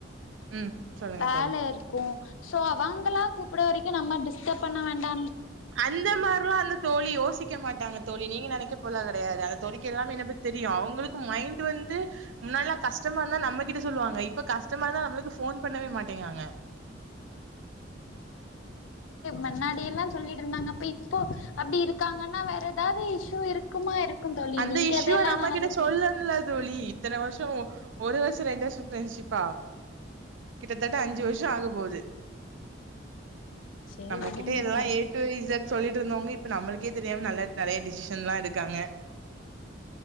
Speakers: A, on the right; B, on the left.
A: ம் சொல்லுங்க
B: வேல
A: தோழி
B: இருக்கும் சோ அவங்களா கூப்பிட வரைக் நம்ம டிஸ்டர்ப் பண்ண வேண்டா
A: அந்த மாரிலா இல்ல தோழி யோசிக்க மாட்டாங்க தோழி நீங்க நெனை க போல கிடையாது அந்த தோழிக்கு எல்லாமே என் பத்தி தெரியும் அவங்களுக்கு மைண்ட் வந்து முன்னாலா கஷ்டமா இருந்தா நம்ம கிட்ட சொல்லுவாங்க இப்ப கஷ்டமா இருந்தா நம்மளுக்கு போ ன் பண்ணவே மாட்டேங்காங்க
B: முன்னாடிய எல்லாம் சொல்லிட்டு இருந்தாங்க அப்ப இப்போ அப்படி இருக்காங்கன்னா வேற ஏதாவது இஷூ இருக்குமா இருக்கு தோழி
A: அந்த
B: நீங்க
A: இஷ்யூுவ
B: அதெல்லா
A: நம்மகிட்ட
B: நெனச்சு ஃபீல்
A: சொல்லும்ல தோழி இத்தன வருஷம் ஒரு வருஷம் ரெண்டு வருஷம் ஃப்ரெண்ட்ஷிப்பா கிட்டத்தட்ட அஞ்சு வருஷம் ஆக போகுது
B: சரி
A: நம்மகிட்ட
B: விடுங்க
A: எல்லாம்
B: தோழி
A: ஏ டு இசட் சொல்லிட்டு இருந்தவங்க இப்ப நம்மளுக்கே தெரியாம நல்ல நிறைய டி சி ஷன் எல்லா எடுக்காங்க